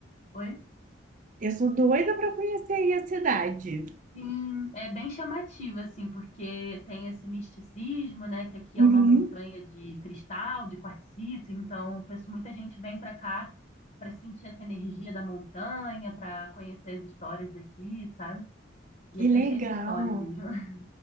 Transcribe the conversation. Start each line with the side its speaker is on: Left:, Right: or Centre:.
Left: Oi?
Right: eu sou doida para conhecer aí a cidade.
Left: Sim, é bem chamativo, assim, porque tem esse misticismo, né, que aqui
Right: Uhum,
Left: é uma montanha de cristal, de quartzito, então pesso- muita gente vem para cá para sentir essa energia da montanha, para conhecer as histórias daqui, sabe? E
Right: que
Left: aqui
Right: legal.
Left: é cheio de história mesmo. <laughs>